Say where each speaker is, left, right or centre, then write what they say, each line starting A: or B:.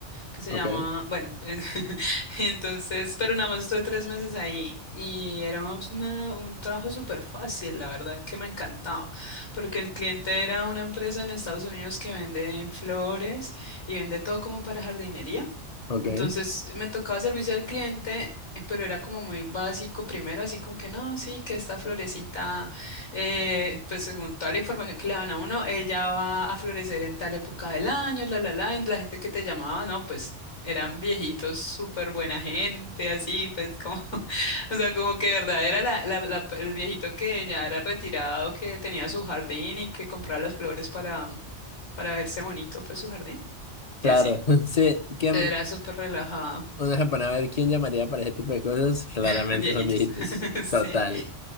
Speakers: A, on the left (about 70°); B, on the left (about 40°).
A: que se
B: Ok,
A: llama, bueno, en- <laughs> entonces, pero nada más estuve tres meses ahí y era una- un trabajo súper fácil, la verdad, que me encantaba, porque el cliente era una empresa en Estados Unidos que vende flores y vende todo como para jardinería.
B: ok.
A: Entonces me tocaba servicio al cliente, eh, pero era como muy básico primero, así como que no, sí, que esta florecita, eh, pues según toda la información que le dan a uno, ella va a florecer en tal época del año, la, la, la, y la gente que te llamaba, no, pues eran viejitos, súper buena gente, así, pues como, <laughs> o sea, como que de verdad era la, la- la- el viejito que ya era retirado, que tenía su jardín y que compraba las flores para, para verse bonito, pues su jardín, y
B: Claro,
A: así.
B: <laughs> sí, ¿quién,
A: Entonces, Era súper relajado.
B: uno se pone a ver quién llamaría para ese tipo de cosas? Claramente
A: <laughs> Viejitos.
B: son viejitos.
A: <laughs> Sí.
B: Total.